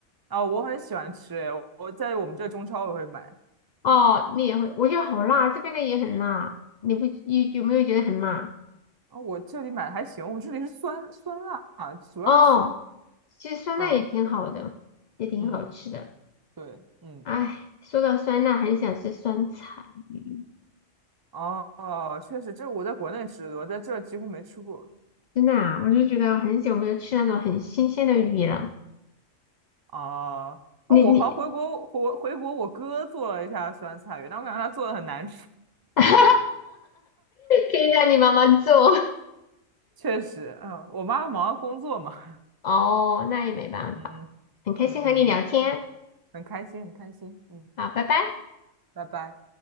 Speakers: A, on the right (about 30°); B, on the left (about 60°).
A: 啊，我很喜欢吃，诶，我在我们这中超我会买，
B: 哦，你也会，我觉得好辣，这边的也很辣。你不有有没有觉得很辣？
A: 啊，我这里买还行，我这里是酸酸辣，主要是酸，
B: 哦，其实酸辣也挺好的，
A: 嗯
B: 也挺好吃的。
A: 嗯，对，嗯，
B: 哎，说到酸辣，很想吃酸菜鱼，
A: 哦哦，确实，这我在国内吃的，我在这几乎没吃过
B: 真的啊，我就觉得很久没有吃那种很新鲜的鱼了。
A: 啊啊，
B: 你你，
A: 我好像回国回回国，我哥做了一下酸菜鱼，但我感觉他做的很难吃，
B: <laughs> 可以让你妈妈做。
A: 确实，嗯，我妈忙着工作嘛，
B: <laughs> 哦，那也没办法，
A: <laughs> 嗯嗯
B: 很开心和你聊天，
A: 嗯嗯，很开心，很开心，嗯，
B: 好，拜拜。
A: 拜拜。